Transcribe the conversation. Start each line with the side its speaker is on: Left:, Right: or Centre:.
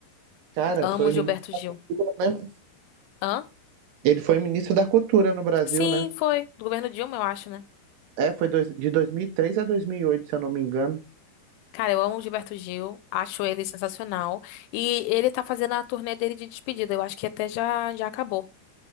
Right: Cara,
Left: Amo
Right: foi
Left: Gilberto
Right: ministro,
Left: Gil.
Right: né?
Left: Hã?
Right: Ele foi ministro da Cultura no Brasil,
Left: Sim,
Right: né?
Left: foi. Do governo Dilma, eu acho, né?
Right: É, foi dois- de 2003 a 2008, se eu não me engano.
Left: Cara, eu amo o Gilberto Gil, acho ele sensacional. E ele tá fazendo a turnê dele de despedida, eu acho que até já, já acabou.